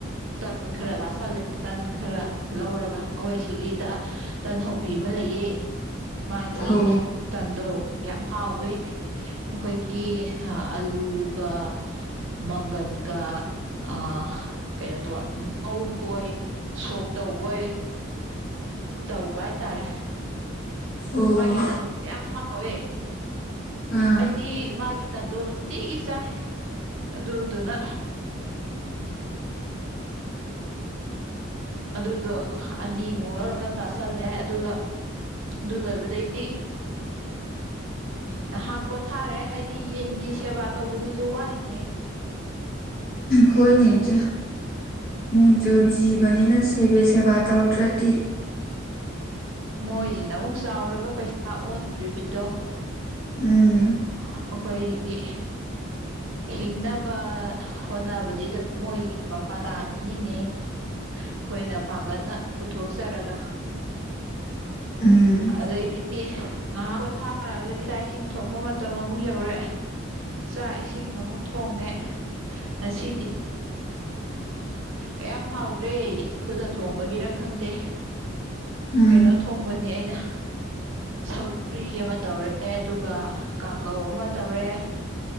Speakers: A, on the right; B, on the left.
A: ꯇꯟ ꯈꯔ ꯆꯥꯁꯜꯂꯦ ꯇꯟ ꯈꯔ ꯂꯧꯔꯒ ꯑꯩꯈꯣꯏꯁꯤꯒꯤꯗ ꯇꯟꯍꯧꯕꯤ ꯑꯃ ꯂꯩꯌꯦ ꯃꯥꯒꯤ
B: ꯑꯣ
A: ꯇꯟꯗꯣ ꯌꯥꯝ ꯍꯥꯎꯋꯦ ꯑꯩꯈꯣꯏꯒꯤ ꯑꯂꯨꯒ ꯃꯪꯒꯟꯒ ꯑꯥ ꯇꯨꯑ ꯉꯧꯕꯣꯏ ꯁꯣꯛ ꯇꯧꯕꯣꯏ ꯇꯧꯕ ꯍꯥꯏꯇꯥꯔꯦ
B: ꯑꯣ
A: ꯃꯥꯒꯤ ꯇꯟꯗꫭ ꯌꯥꯝ ꯍꯥꯎꯋꯦ
B: ꯑꯥ
A: ꯑꯩꯗꯤ ꯃꯥꯒꯤ ꯇꯟꯗꯣ ꯅꯨꯡꯇꯤꯒꯤ ꯆꯥꯏ ꯑꯗꯨꯗꯨꯅ ꯑꯗꯨꯗꯣ ꯑꯅꯤꯃꯨꯛ ꯂꯧꯔꯒ ꯆꯥꯥꯁꯜꯂꯦ ꯑꯗꯨꯒ ꯑꯗꯨ ꯂꯣꯏꯕꯗꯩꯗꯤ ꯉꯥꯏꯍꯥꯛ ꯄꯣꯊꯥꯔꯦ ꯍꯥꯏꯗꯤ ꯌꯦꯟꯒꯤ ꯁꯦꯕꯥ ꯇꯧꯕꯁꯤꯁꯨ ꯋꯥꯏꯅꯦ
B: ꯍꯣꯏꯅꯦ ꯏꯆꯦ ꯅꯣꯡꯖꯨ ꯖꯤꯕꯅꯤꯅ ꯁꯦꯕꯤ ꯁꯦꯕꯥ ꯇꯧꯗ꯭ꯔꯗꯤ
A: ꯃꯣꯏꯁꯤꯅ ꯑꯃꯨꯛ ꯆꯥꯎꯔꯒ ꯄꯩꯁꯥ ꯑꯣꯟꯗꯣꯔꯤꯕꯅꯤꯗꯣ
B: ꯎꯝ
A: ꯑꯩꯈꯣꯏꯒꯤ ꯍꯤꯡꯅꯕ ꯍꯣꯠꯅꯕꯁꯤꯗ ꯃꯣꯏꯒꯤ ꯃꯄꯥꯟ ꯇꯥꯡꯉꯤꯅꯤꯅꯦ ꯑꯩꯈꯣꯏꯅ ꯄꯥꯡꯒꯜꯅ ꯄꯨꯊꯣꯛꯆꯔꯒ
B: ꯎꯝ
A: ꯑꯗꯩꯗꯤ ꯉꯥꯏꯍꯥꯛ ꯄꯣꯊꯥꯔꯒꯗꯤ ꯆꯥꯛ ꯏꯁꯤꯡ ꯊꯣꯡꯕ ꯃꯇꯝ ꯑꯃꯨꯛ ꯌꯧꯔꯑꯦ ꯆꯥꯛ ꯏꯁꯤꯡ ꯑꯃꯨꯛ ꯊꯣꯡꯉꯦ ꯉꯁꯤꯗꯤ ꯀꯌꯥꯝ ꯍꯥꯎꯒ꯭ꯔꯦ ꯈꯨꯠꯅ ꯊꯣꯡꯕꯒꯤꯔ ꯈꯪꯗꯦ
B: ꯎꯝ
A: ꯀꯩꯅꯣ ꯊꯣꯡꯕ ꯑꯩꯅ ꯁꯧꯒ꯭ꯔꯤ ꯑꯃ ꯇꯧꯔꯦ ꯑꯗꯨꯒ ꯀꯥꯡꯒꯧ ꯑꯃ ꯇꯧꯔꯦ